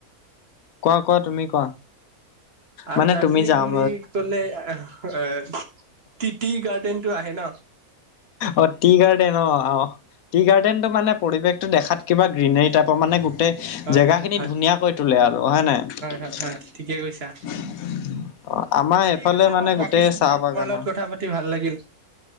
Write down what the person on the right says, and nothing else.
আৰু
দাৰ্জিলিং
বুলি ক'লে এ টিটি গাৰ্ডেনটো আহে ন।
হয়
হয়
হয়
হয়
হয় হয় ঠিকে কৈছা
ঠিক
আছে
বাৰু ৰাখিছো
দিয়া
তোমাৰ লগত
কথা পাতি ভাল লাগিল